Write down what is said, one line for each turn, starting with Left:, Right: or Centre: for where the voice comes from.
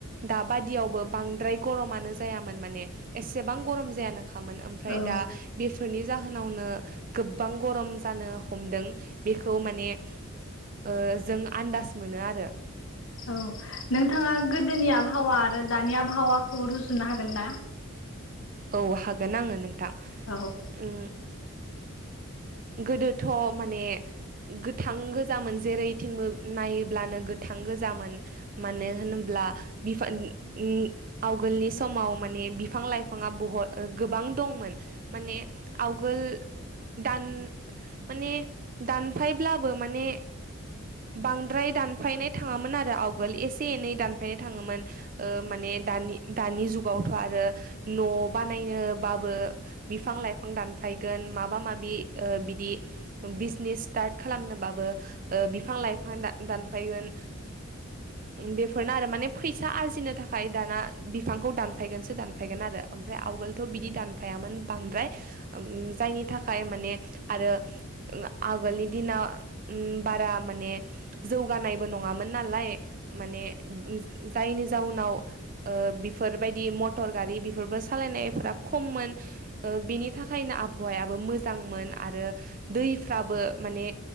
Right: दाबादियावबो बांद्राय गरमानो जायामोन माने बां गरम जायानोखामोन ओमफ्राय
Left: औ
Right: दा बेनि जाहोनावनो गोबां गरम जानो हमदों बेखौ माने ओ जों आन्दाज मोनो आरो।
Left: औ नोंथाङा गोदोनि आबहावा आरो दानि आबहावा खौ रुजुनो हागोन ना?
Right: औ हागोन आङो नोंथां
Left: औ
Right: ओ।
Left: <inaudible>
Right: गोदोथ माने गोथां गोजामोन जेरैथिंबो नायोब्लानो गोथां गोजामोन मानो होनोब्ला बिफांनि ओ आवगोलनि समाव ! माने बिफां लाइफाङा बहथ आरो गोबां दंमोन। माने आवगोल आव। दान माने दानफायब्लाबो माने। बांद्राय दानफायनाय थाङामोन आरो आवगोल एसे एनै दानफायनाय थाङोमोन ओ माने बे दानि दानि जुगावथ आरो न बानायनोबाबो बिफां लाइफां दानफायगोन माबा माबि बिदि बिजनेस स्टार्ट खालामनोबाबो बिफां लाइफां दानफैगोन बेफोरनो आरो माने फैसा आरजिनो थाखाय दाना बिफांखौ दानफायगोनसो दागोन। फ्राय आवगोलथ' बिदि दानफायोन बांद्राय जायनि थाखाय मान आरो आगोलनि दिना बारा माने जौगानायबो नङामोन न! मान जायनि जाउनाव बेफोरबायदि मटर गारि बेफोरबो सालायनायफोरा खममोन बेनि थाखायनो आबहावायाबो मोजांमोन। आरो दैफ्राबो माने